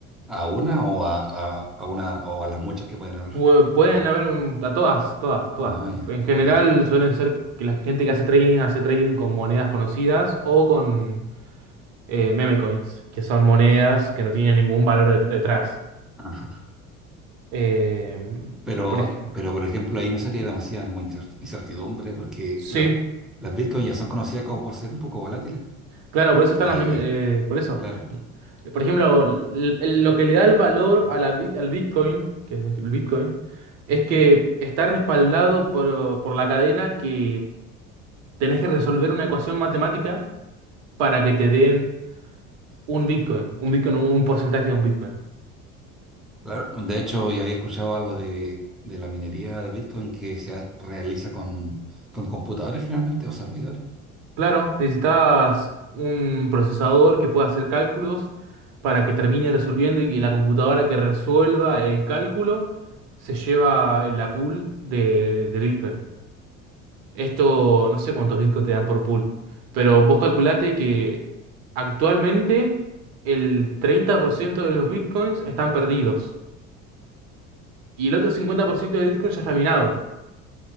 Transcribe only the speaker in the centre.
a una o a, a- a una o a las muchas que pueden haber?
Wow.
Ah, ya.
Ok.
Ajá.
Pero,
pero, por ejemplo, ahí no sería demasiada como incer- incertidumbre, porque
la- las Bitcoin ya son conocidas como por ser un poco volátiles.
Y,
es-
claro.
Claro, de hecho, ya había escuchado algo de, de la minería de Bitcoin que se ha- realiza con, con computadores finalmente o servidores.